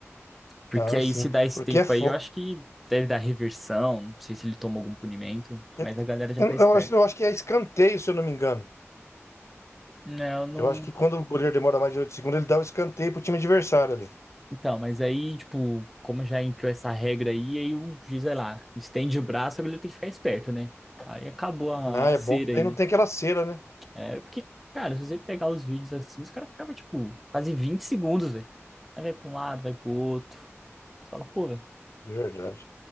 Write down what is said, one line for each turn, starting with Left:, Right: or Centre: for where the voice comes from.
Centre: Porque
Left: Ah,
Centre: aí
Left: sim.
Centre: se dá esse
Left: Porque
Centre: tempo
Left: é. Fo...
Centre: aí, eu acho que deve dar reversão, não sei se ele toma algum punimento,
Left: é-
Centre: mas a galera já
Left: Eu,
Centre: tá esperta.
Left: eu acho, eu acho que é escanteio, se eu não me engano.
Centre: Não, eu não.
Left: Eu acho que quando o goleiro demora mais de 8 segundos, ele dá o escanteio pro time adversário ali.
Centre: Então, mas aí, tipo, como já entrou essa regra aí, aí o juiz vai lá, estende o braço, o goleiro tem que ficar esperto, né? Aí acabou a
Left: Ah,
Centre: a
Left: é
Centre: cera
Left: bom que daí
Centre: aí, né?
Left: não tem aquela cera, né?
Centre: É, porque, cara, se você pegar os vídeos assim, os caras ficavam, tipo, quase 20 segundos, velho. Aí vai pra um lado, vai pro outro. Você fala, pô, velho,
Left: Verdade.